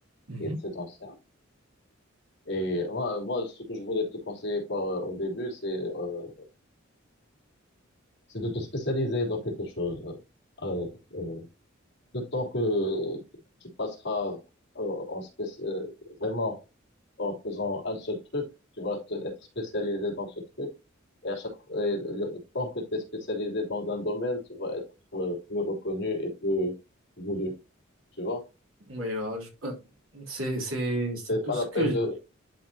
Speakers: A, on the right; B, on the left.
A: Mhm.
B: qui est très ancien. Et moi, moi, ce que je voulais te conseiller par, au début, c'est euh, c'est de te spécialiser dans quelque chose. Euh, euh, Le temps que tu passeras euh, en spéc- euh, vraiment en faisant un seul truc, tu vas te- être spécialisé dans ce truc. Et à chaque fois, et le le temps que tu es spécialisé dans un domaine, tu vas être euh, plus reconnu et plus voulu. Tu vois?
A: Oui, euh, je- euh, c'est, c'est, c'est
B: C'est
A: tout
B: pas
A: ce
B: la peine
A: que je-
B: de,